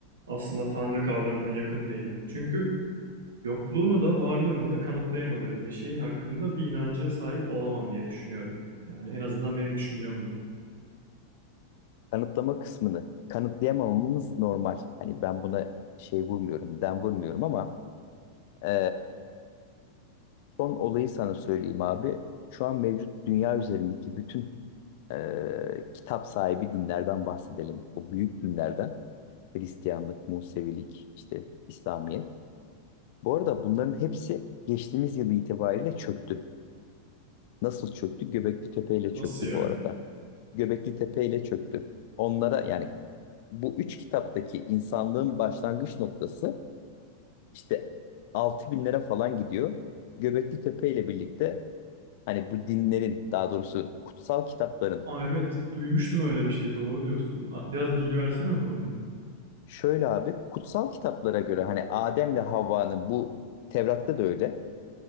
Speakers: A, on the right (about 65°); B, on the left (about 50°).
A: aslında Tanrı kavramına yakın değilim. Çünkü Yokluğunu da varlığını da kanıtlayamadığım bir şeyin hakkında bir inancı sahip olamam diye düşünüyorum. Yani en azından benim düşüncem bu.
B: kanıtlama kısmını kanıtlayamamamız normal. Hani ben buna şey vurmuyorum, den vurmuyorum ama e, son olayı sana söyleyeyim abi. Şu an mevcut dünya üzerindeki bütün e, kitap sahibi dinlerden bahsedelim. O büyük dinlerden. Hristiyanlık, Musevilik, işte İslamiyet. Bu arada bunların hepsi geçtiğimiz yıl itibariyle çöktü. Nasıl çöktü? Göbekli Tepe ile
A: Nasıl
B: çöktü
A: yani?
B: bu arada. Göbekli Tepe ile çöktü. Onlara yani bu üç kitaptaki insanlığın başlangıç noktası işte altı binlere falan gidiyor. Göbekli Tepe ile birlikte hani bu dinlerin daha doğrusu kutsal kitapların
A: Aa evet, duymuştum öyle bir şey. Doğru diyorsun. Aa, Biraz bilgi versene o konuda.
B: şöyle abi kutsal kitaplara göre hani Adem'le Havva'nın bu Tevrat'ta da öyle.